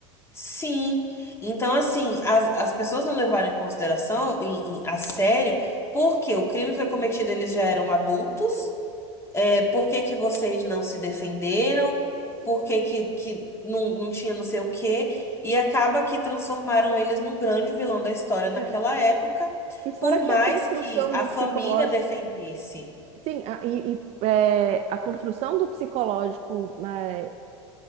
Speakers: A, on the left; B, on the right.
A: sim. Então, assim, as, as pessoas não levaram em consideração, em, em- a sério, porque o crime foi cometido, eles já eram adultos. É, por que que vocês não se defenderam? Por que que, que não, não tinha não sei o quê? E acaba que transformaram eles num grande vilão da história naquela
B: É.
A: época,
B: E fora
A: por mais
B: que a construção
A: que a
B: do
A: família
B: psicológico,
A: defendesse.
B: sim, a, e, e, é, a construção do psicológico né,